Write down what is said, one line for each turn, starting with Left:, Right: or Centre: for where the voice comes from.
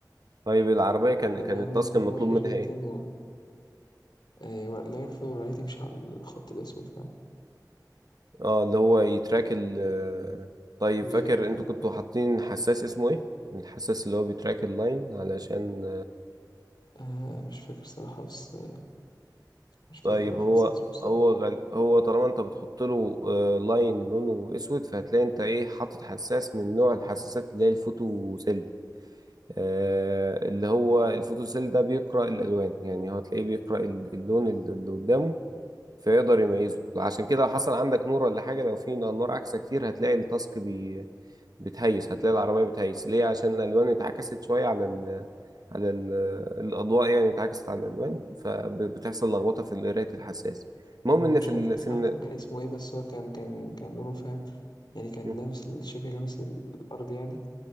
Right: طيب العربية كان
Left: جاب
Right: كان
Left: لنا
Right: التاسك
Left: الميد تيرم
Right: المطلوب
Left: وحش
Right: منها
Left: جدا
Right: ايه
Left: و آه، و- لا ينفع العيال تمشي على الخط الأسود فاهم
Right: اه اللي هو يتراك ال آه، طيب
Left: بالظبط
Right: فاكر انتوا
Left: اه
Right: كنتوا حاطين حساس اسمه ايه الحساس اللي هو بيتراك اللاين علشان
Left: آه، مش فاكر صراحة بس آه، مش فاكر
Right: طيب
Left: الأخص
Right: هو
Left: اسمه صراحة
Right: هو غل... هو طالما انت بتحط له آه، لاين لونه اسود فهتلاقي انت ايه حاطط حساس من نوع الحساسات اللي هي الفوتوسيل آه اللي هو الفوتوسيل ده بيقرأ الالوان يعني هو تلاقيه بيقرأ ال- اللون اللي اللي قدامه فيقدر يميزه عشان كده حصل عندك نور ولا حاجة لو في نور عكسة كتير هتلاقي التاسك بي... بتهيس هتلاقي العربية بتهيس ليه عشان الألوان اتعكست شوية على ال... على ال... الأضواء يعني اتعكست على الألوان فبتحصل لخبطة في قراية الحساس المهم
Left: أنا
Right: إن
Left: مش
Right: في
Left: فاكر
Right: ال...
Left: صراحة
Right: في ال...
Left: كان اسمه إيه بس هو كان كان كان لونه فاهم يعني كان
Right: مم.
Left: لامس ال- شبه لامس الأرض يعني